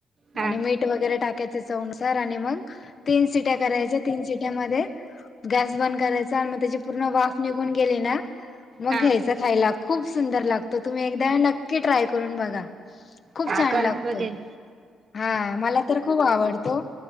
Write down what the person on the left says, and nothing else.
आणि मीठ वगैरे टाका त्याच्या चव नुसार आणि मग तीन सीट्या करायच्या तीन सीट्यामध्ये गॅस बंद करायचा आणि मग त्याची पूर्ण वाफ निघून गेली ना, मग
घ्यायच खायला खूप सुंदर लागतो तुम्ही एकदा नक्की ट्राय करून बघा. खूप
छान
लागतो.
हा मला तर खूप आवडतो.